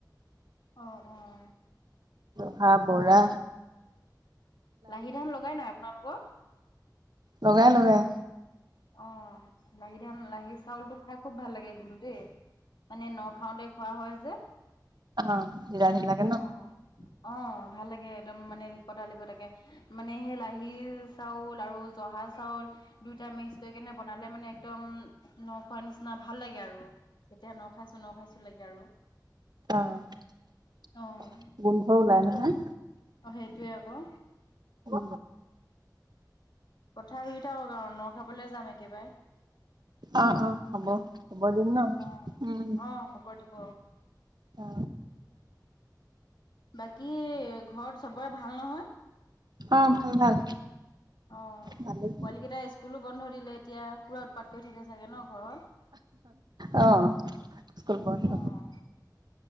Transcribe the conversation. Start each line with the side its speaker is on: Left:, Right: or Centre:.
Left: অঁহ', -অঁহ',।
Right: জহা, বৰা।
Left: লাহি ধান লগাই নাই আপোনালোকৰ?
Right: লগাই-লগাই।
Left: অঁহ', লাহি ধান, লাহি চাউলটো খাই খুব ভাল লাগে কিন্তু দেই। মানে নখাওঁতে- খোৱা হয় যে।
Right: অঁ', - <inaudible>
Left: অঁহ', অঁ ভাল লাগে একদম মানে লিকতা লিকতাকে। মানে সেই লাহি চাউল আৰু জহা চাউল দুইটা মিক্স কৰি কেনে বনালে মানে একদম নখোৱা নিচিনা ভাল লাগে আৰু। তেতিয়া ন খাইছো, ন খাইছো লাগে আৰু।
Right: অঁহ', -গোন্ধ
Left: অ',
Right: ওলাই নহয়।
Left: অ সেইটোৱে আকৌ।
Right: অ।
Left: পথা ৰুই থাক আউ ন খাবলে যাম একেবাই
Right: অ অ হ'ব খ'ব দিম ন
Left: অ',
Right: উম
Left: অ', খবৰ দিব
Right: অ
Left: বাকী ঘত চবয়ে ভাল নহয়
Right: অ ভাল ভাল
Left: অঁ
Right: ভালেই
Left: পোৱালিকেইটা স্কুলো বন্ধ দিলে এতিয়া পূৰা উৎপাত কৰি থাকে চাগে ন ঘৰত
Right: অ স্কুল বন্ধ
Left: অ',